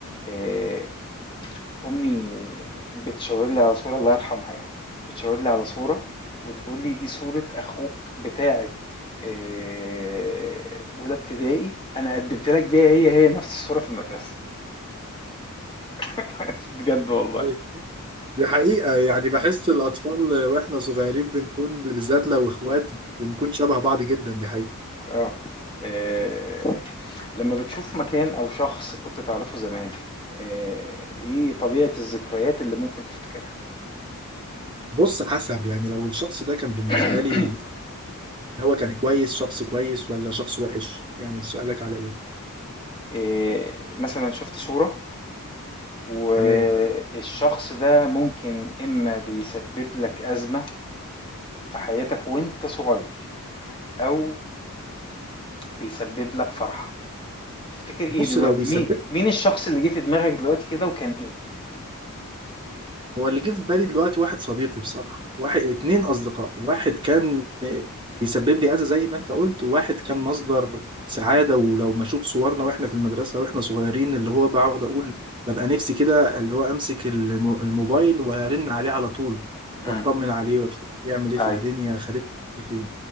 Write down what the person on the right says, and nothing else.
أيوة. دي حقيقة يعني بحس الأطفال وإحنا صغيرين بنكون بالذات لو إخوات بنكون شبه بعض جدا دي حقيقة
بص حسب يعني لو الشخص ده كان بالنسبة
لي
هو كان كويس شخص كويس ولا شخص وحش يعني سؤالك على إيه
تمام
بص
لو بيسبب
هو اللي جه في بالي دلوقتي واحد صديقي بصراحة واحد اتنين أصدقائي واحد كان بيسبب لي أذى زي ما أنت قلت وواحد كان مصدر سعادة ولو ما أشوف صورنا وإحنا في المدرسة وإحنا صغيرين اللي هو بقعد أقول ببقى نفسي كده اللي هو أمسك الم- الموبايل وأرن عليه على طول
وأطمن عليه وأشوف بيعمل إيه
في الدنيا خالد فين